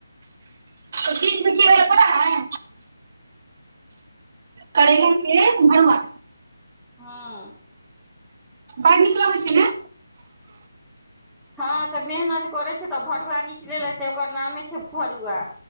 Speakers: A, on the right (about 30°); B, in the centre.
A: चीज कि भेल पता हय कड़लाके भड़ूआ
B: हँ
A: बड़ नीक लगै छै ने
B: हँ तऽ मेहनत करे छै तऽ भरुआ निकलेे ओकर नामे छै भरुआ